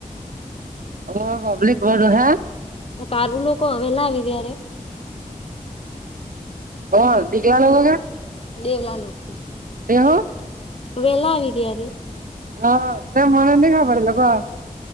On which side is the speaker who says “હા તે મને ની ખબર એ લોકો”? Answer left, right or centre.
Right